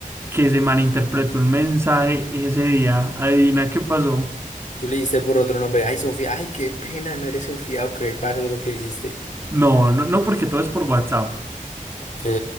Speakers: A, on the right; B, on the left.
A: que se malinterpretó un mensaje ese día. Adivina qué pasó.
B: Tú le diste por otro nombre. Ay, Sofía. Ay, qué pena, no eres Sofía. Ok, pasó lo que hiciste.
A: No, no, no, porque todo es por WhatsApp.
B: Ok.